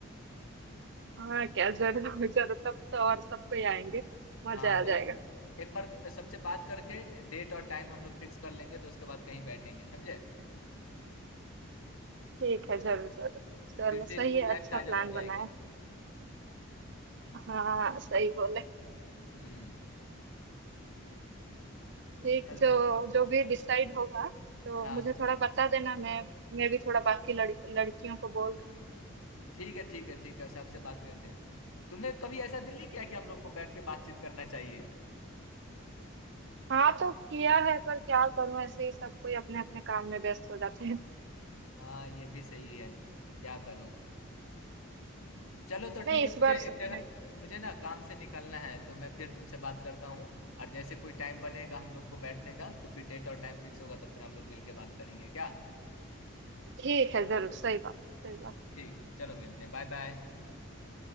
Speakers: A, on the right (about 55°); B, on the left (about 85°).
A: हाँ क्या जरूर जरूर तब तो और सबको ही आएंगे मजा
B: हाँ
A: आ
B: तो
A: जाएगा
B: एक एक बार सबसे बात करके डेट और टाइम हम लोग फिक्स कर लेंगे तो उसके बाद कहीं बैठेंगे समझे
A: ठीक है जरूर जरूर चलो
B: फिर से
A: सही
B: स्कूल
A: है
B: लाइफ
A: अच्छा
B: ताजा
A: प्लान
B: हो
A: बनाए
B: जाएगी
A: हाँ सही बोले
B: हम्म
A: ठीक
B: चलो
A: जो जो भी डिसाइड होगा तो
B: हाँ
A: मुझे थोड़ा बता देना मैं मैं भी थोड़ा बाकी लड़, लड़कियों को बोल दूंगी
B: ठीक है ठीक है ठीक है सबसे बात कर दे तुम्हें कभी ऐसा दिल नहीं किया कि हम लोग को बैठ के बातचीत करना चाहिए
A: हाँ तो किया है पर क्या करूं ऐसे ही सब कोई अपने अपने काम में व्यस्त हो जाते हैं
B: हाँ ये भी सही है क्या करूं चलो
A: <laughs>
B: तो ठीक
A: नहीं
B: है
A: इस
B: मुझे
A: बार सच
B: एक जगह
A: में
B: मुझे ना काम से निकलना है तो मैं फिर तुमसे बात करता हूँ और जैसे कोई टाइम बनेगा हम लोग को बैठने का तो फिर डेट और टाइम फिक्स होगा तो फिर हम लोग मिलके बात करेंगे क्या
A: ठीक है जरूर सही बात सही बात
B: ठीक चलो मिलते हैं Bye bye